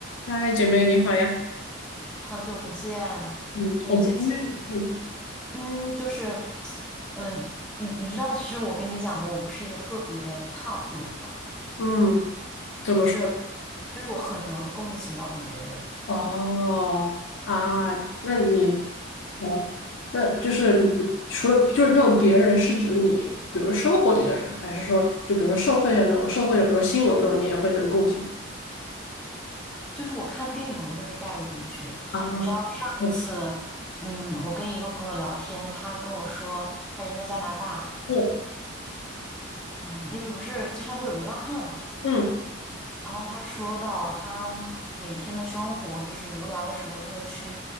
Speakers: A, on the left (about 70°); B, in the centre.
A: 嗨，姐妹你好呀。
B: 好久不见，
A: 嗯，
B: 你最近
A: 我们今天，嗯
B: 嗯，就是嗯，你你知道，其实我跟你讲过，我不是一个特别 tough 的人嘛，
A: 嗯，怎么说？
B: 就是就是我很容易共情到别人，
A: 哦啊，那你，哦，那就是你除了就是那种别人是指你，比如生活里的人，还是说就比如社会上那种社会的，比如新闻那种，你也会能共情
B: 就是我看电影我都会被带入进去。
A: 啊？
B: 上一次，
A: 嗯
B: 嗯，我跟一个朋友聊天，他跟我说他人在加拿大，
A: 嗯
B: 嗯，那边不是街上都有流浪汉嘛。
A: 嗯，
B: 然后他说到，他每天的生活就是无聊的时候就会去